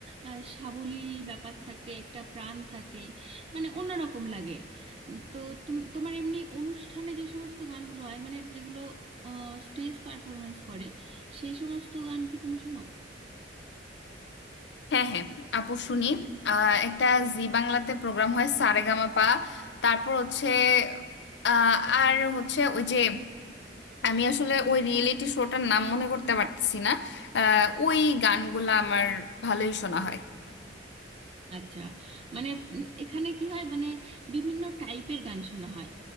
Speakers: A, on the right (about 30°); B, on the left (about 65°).
A: আহ, সাবলীল ব্যাপার থাকে একটা প্রাণ থাকে মানে অন্যরকম লাগে উম, তো তুম- তোমার এমনি অনুষ্ঠানে যে সমস্ত গানগুলো হয় মানে যেগুলো স্টেজ পারফরমেন্স করে সেই সমস্ত গান কি তুমি শোনো
B: হ্যাঁ হ্যাঁ আপু শুনি আহ, একটা জি বাংলাতে প্রোগ্রাম হয় সারেগামাপা তারপর হচ্ছে আহ, আর হচ্ছে ওই যে আমি আসলে ওই রিয়েলিটি শোটার নাম মনে করতে পারতেছি না আহ, ওই গানগুলা আমার ভালোই শোনা হয়
A: আচ্ছা মানে উম এখানে কি হয় মানে বিভিন্ন টাইপের গান শোনা হয়